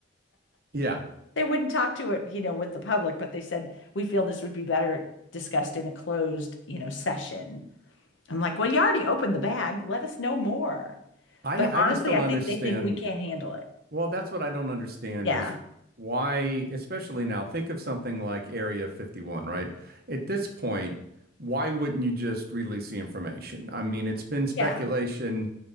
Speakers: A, on the right; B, on the left.
A: yeah.
B: they wouldn't talk to it, you know, with the public, but they said, we feel this would be better discussed in a closed, you know, session. I'm like, well, you already opened the bag. Let us know more.
A: I
B: But
A: I
B: honestly,
A: just don't
B: I
A: understand
B: think they think we can't handle it.
A: Well, that's what I don't understand
B: Yeah.
A: is why, especially now, think of something like Area 51, right? At this point, why wouldn't you just release the information? I mean, it's been speculation
B: Yeah.